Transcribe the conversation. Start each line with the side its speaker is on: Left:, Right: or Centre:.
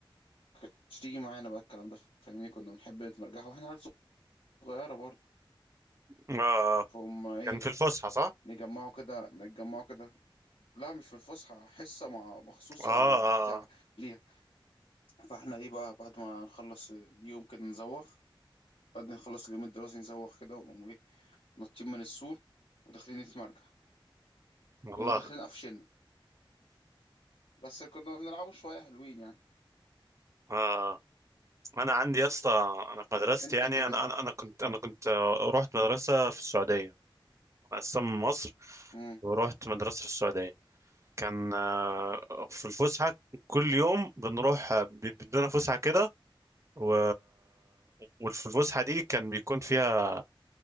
Left: كانتش تيجي معانا بقى الكلام ده فاهمني كنا بنحب نتمرجح واحنا عيال صغيرة برضو
Right: اه آه.
Left: فهم ايه
Right: كان في الفسحة صح
Left: نجمعوا كده نتجمعوا كده لا مش في الفسحة حصة مع مخصوصة
Right: اه
Left: للبتاع
Right: اه
Left: ليها فاحنا ايه بقى بعد ما نخلص اليوم كده نزوغ بعد ما نخلص اليوم الدراسي نزوغ كده ونقوم ايه نطين من السور وداخلين نتمرجح
Right: والله
Left: يقوموا داخلين قفشنا بس كنا بنلعبوا شوية حلوين يعني
Right: اه انا عندي يا اسطى انا في مدرستي
Left: انت
Right: يعني
Left: كده
Right: انا انا أنا كنت انا كنت آه، رحت مدرسة في السعودية انا اصلا من مصر
Left: امم
Right: ورحت مدرسة في السعودية كان آه، في الفسحة كل يوم بنروح آه، بي- بيدونا فسحة كده و... وفي الفسحة دي كان بيكون فيها